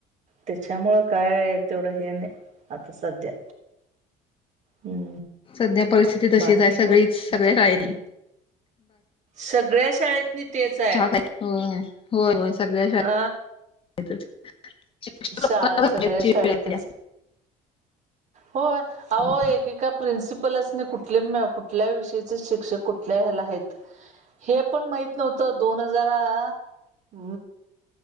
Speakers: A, on the right; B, on the left.
A: त्याच्यामुळ काय तेवढं हे नाही आता सध्या. हम्म.
B: सध्या परिस्थिती तशीचाय.
A: बाकी मग
B: सगळी सगळ्या
A: तुमच्या
B: शाळेनी
A: सगळ्या शाळेतनी तेचाय.
B: <unintelligible> होय व्हय व्हय.
A: अ?
B: <unintelligible>
A: शाळा सगळ्या शाळेतच होय. अहो
B: होय.
A: एकेका प्रिन्सिपलासणी कुठले कुठल्या विषयीच शिक्षक, कुठल्या हेला हाइत हे पण माहीत नव्हतं, दोन हजार अ